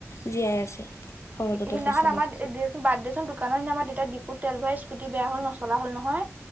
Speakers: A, on the left (about 65°); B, on the right (about 30°).
A: জীয়াই আছে। সহজতে
B: সেইদিনাখন
A: পইচা
B: আমাৰ
A: লগ
B: দেচোন বাদ্দেচোন দোকানৰ সিদিনা অ দিপুত তেল ভৰাই স্কুটি বেয়া হল নচলা হ'ল নহয়।